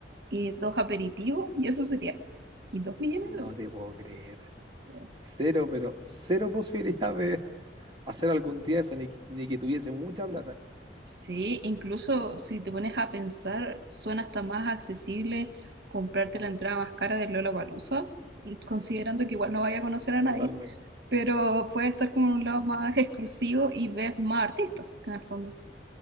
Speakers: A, on the right; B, on the right.
A: y dos aperitivos y eso sería. Y dos millones
B: No
A: de pesos.
B: te puedo creer.
A: Sí.
B: Cero, pero cero <laughs> posibilidad de hacer algún día eso, ni, ni que tuviese mucha plata.
A: Sí, incluso si te pones a pensar, suena hasta más accesible comprarte la entrada más cara de Lollapalooza, mm, considerando que igual no vaya a conocer a nadie,
B: Totalmente.
A: pero puede estar como en un lado más exclusivo y ves más artistas, en el fondo.